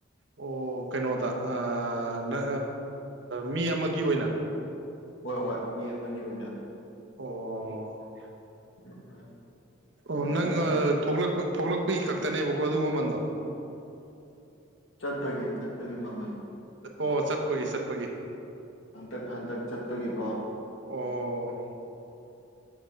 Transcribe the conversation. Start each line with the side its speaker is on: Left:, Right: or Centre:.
Right: ꯑꯣ ꯀꯩꯅꯣꯗ ꯑꯥ ꯃꯤ ꯑꯃꯒꯤ ꯑꯣꯏꯅ
Left: ꯍꯣꯏ ꯍꯣꯏ ꯃꯤ ꯑꯃꯒꯤ ꯑꯣꯏꯅ
Right: ꯑꯣ
Left: <unintelligible> ꯑꯗꯨꯃꯥꯏꯅ
Right: ꯑꯣ ꯅꯪꯒ
Left: ꯑꯗꯨ
Right: ꯊꯣꯛꯂꯛꯄ ꯊꯣꯛꯂꯛꯄꯒꯤ ꯈꯛꯇꯅꯦꯕꯀꯣ ꯑꯗꯨ ꯃꯃꯟꯗꯣ
Left: ꯆꯠꯄꯒꯤ ꯆꯠꯄꯒꯤ ꯃꯃꯟ
Right: ꯑꯣ ꯆꯠꯄꯒꯤ ꯆꯠꯄꯒꯤ
Left: ꯍꯟꯇꯛ ꯍꯟꯇꯛ ꯆꯠꯄꯒꯤꯀꯣ
Right: ꯑꯣ